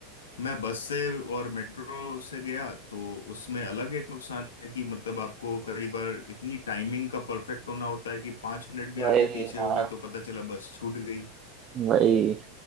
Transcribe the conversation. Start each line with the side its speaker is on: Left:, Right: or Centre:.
Left: मैं बस से और मेट्रो से गया तो उसमें अलग एक नुकसान है कि मतलब आपको कई बार इतनी टाइमिंग का परफेक्ट होना होता है कि पांच मिनट भी
Right: वही
Left: आगे पीछे
Right: यार
Left: हो गए तो पता चला बस छूट गई
Right: वही